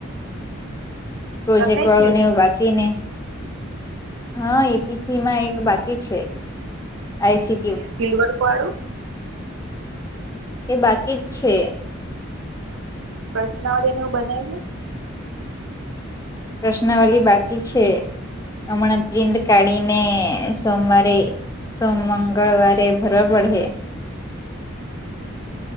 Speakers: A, on the right; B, on the left.
A: <unintelligible>
B: પ્રોજેક્ટ વાળું
A: ગયું
B: ને
A: પીછું
B: એવું બાકીને. હા, એપીસીમાં એક બાકી છે, આઇસી.
A: અને ફિલ્ડવર્ક વાળું?
B: એ બાકી જ છે.
A: પ્રશ્નાવલી ને, એવું બનાયવું.
B: પ્રશ્નાવલી બાકી છે. હમણાં પ્રિન્ડ કાઢીને, સોમવારે સોમ-મંગળવારે ભરવા પડે.
A: <unintelligible>